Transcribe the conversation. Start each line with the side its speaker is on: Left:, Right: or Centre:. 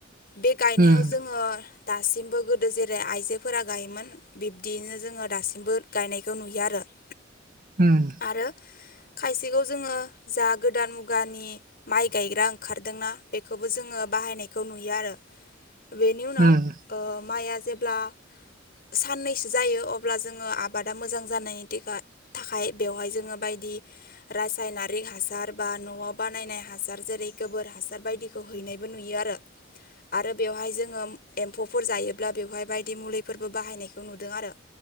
Left: बे गायनायाव
Right: उम
Left: जोङो दा दासिमबो गोदो जेरै आइजोफोरा गायोमोन बिब्दियैनो जोङो दासिमबो गायनायखौ नुयो आरो <inaudible>
Right: ओम
Left: आरो खायसेखौ जोङो जा गोदान मुगानि माइ गायग्रा ओंखारदोंना बेखौबो जोङो बाहायनायखौ नुयो आरो बेनि उनाव
Right: उम
Left: ओ माइआ जेब्ला साननैसो जायो अब्ला जोङो आबादा मोजां जानायनि थाखा थाखाय बेवहाय जोङो बायदि रासायनारिक हासार बा न'आव बानायनाय हासार जेरै गोबोर हासार बायदि हैनायबो नुयो आरो बेवहाय जोङ एम्फौफोर जायोब्ला बेवहाय बाय म बेफोरबो बाहायनायखौ नुदों आरो